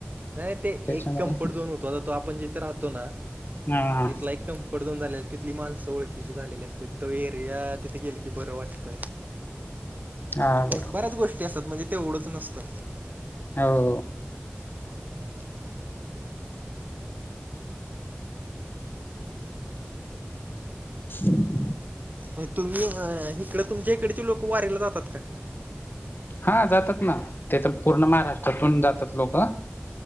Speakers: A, on the right; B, on the left.
A: नाही ते
B: त्याच्यामुळे
A: एक कम्फर्ट झोन होतो आता तो आपण जिथे राहतो ना?
B: हा
A: तिथला एक- कम्फर्ट झोन झालेल. तिथली माणसं ओळखीची झालेली असत्यात. तो एरिया तिथ गेल की बरं वाटतंय.
B: <inaudible> हा बरोबर
A: बऱ्याच गोष्टी असतात. म्हणजे तेवढंच नसतं.
B: हो.
A: <inaudible>
B: <inaudible>
A: होय तुम्ही अ हिकड तुमच्या हिकडची लोक वारीला जातात का?
B: हा जातात ना? ते तर पूर्ण महाराष्ट्रातून जातात लोकं.